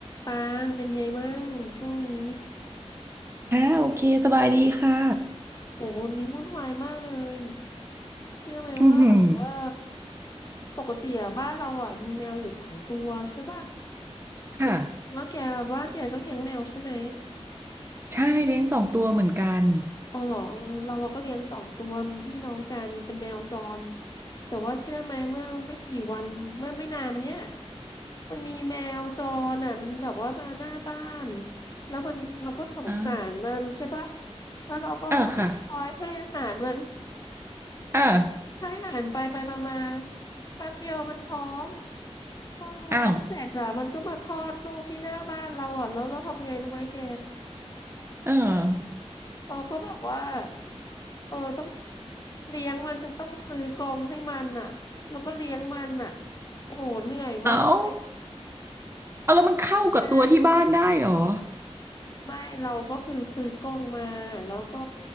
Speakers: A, on the left; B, on the right.
A: ปางเป็นไงมั่งช่วงนี้
B: ค่ะโอเคสบายดีค่ะ
A: โหวันนี้วุ่นวายมากเลยเชื่อไหมว่าแบบว่า
B: อือหือ
A: ปกติอะบ้านเราอะมีแมวอยู่สองตัวใช่ป่ะ
B: ค่ะ
A: เห็นได้ยินว่าแกบ้านแกก็เลี้ยงแมวใช่ไหม
B: ใช่เลี้ยงสองตัวเหมือนกัน
A: อ๋อเหรอเออเราอะก็เลี้ยงสองตัวมันพี่น้องกันเป็นแมวจรแต่ว่าเชื่อไหมเมื่อไม่กี่วันเมื่อไม่นานมาเนี้ยมันมีแมวจรอ่ะมันแบบว่ามาหน้าบ้านแล้วมันเราก็สงสารมันใช่ป่ะ
B: อ่า
A: แล้วเราก็
B: เออค่ะ
A: คอยให้อาหารมัน
B: เออ
A: ให้อาหารไปไปมามาแป๊บเดียวมันท้อง พอท้องเสร็จอะมันก็มาคลอดลูกที่หน้าบ้านเราอ่ะ
B: อ้าว
A: แล้วเราทำยังไงรู้ไหมแก
B: เออ
A: เราก็แบบว่า เออ ต้องเลี้ยงมัน ฉันต้องซื้อกรงให้มันอะแล้วก็เลี้ยงมันอะโอ้โห เหนื่อยมากเลย
B: เอาเอาแล้วมันเข้ากับตัวที่บ้านได้เหรอ
A: นะ ไม่เราก็คือซื้อกรงมาแล้วก็